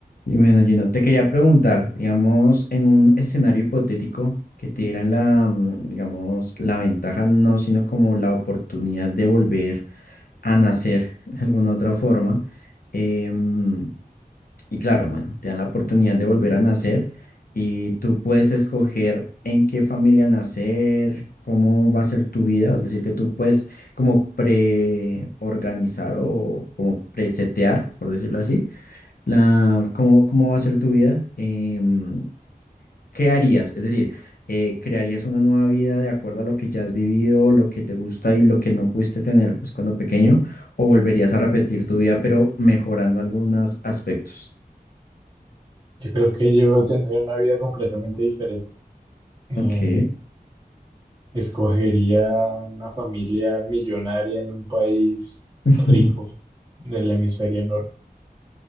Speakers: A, on the left (about 65°); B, on the right (about 30°).
A: Y bueno, Gino, te quería preguntar, digamos, en un escenario hipotético que te dieran la, mm, digamos, la ventaja, no, sino como la oportunidad de volver a nacer <laughs> de alguna otra forma. em, y claro, bueno, te dan la oportunidad de volver a nacer y tú puedes escoger en qué familia nacer, cómo va a ser tu vida, es decir, que tú puedes como preorganizar o como presetear, por decirlo así la, cómo, cómo va a ser tu vida, em, ¿qué harías? Es decir, eh, ¿crearías una nueva vida de acuerdo a lo que ya has vivido, lo que te gusta y lo que no pudiste tener pues, cuando pequeño? ¿O volverías a repetir tu vida pero mejorando algunos aspectos?
B: Yo creo que yo tendría una vida completamente diferente. Em,
A: Ok,
B: escogería una familia millonaria en un país
A: <laughs>
B: rico del hemisferio norte.